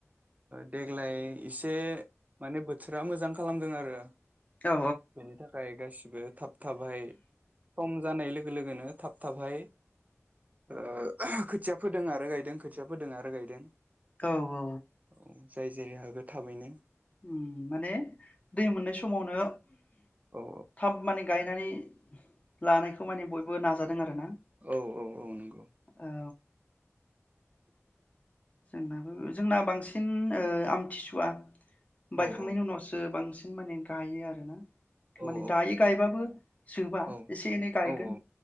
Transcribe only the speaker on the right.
देग्लाय एसे माने बोथोरा मोजांखाय खालामदों आरो
बेनि थाखाय गास बो थाब थाबाय खम जानाय लोगो लोगो लोगोनो थाब थाबहाय ओ‌ खोथियाफोर फोदों आरो गायदों खोथिया फोदों आरो गायदों
औ जाय जेरै हागो थाबैनो
औ
औ औ औ नंगौ
औ औ
औ
औ
औ औ